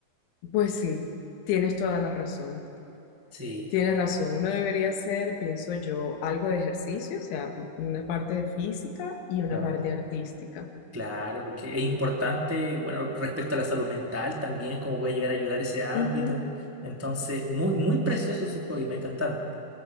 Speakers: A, on the left; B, on the right.
A: pues sí. Tienes toda la razón.
B: Sí,
A: Tienes razón, uno debería hacer, pienso yo, algo de ejercicio, o sea, una parte de física y una
B: claro.
A: parte artística.
B: Claro, porque es importante, bueno, respecto a la salud mental también, cómo puede llegar a ayudar ese ámbito.
A: Ujú.
B: Entonces, muy, muy precioso su hobby, me encantaron.